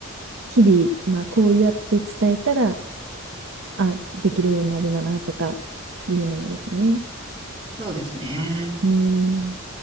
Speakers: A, on the right; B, on the right.
A: 日々、まあ、こうやって伝えたら、あ、できるようになるんだな、とかいうのもですね。
B: そうですね。
A: うん。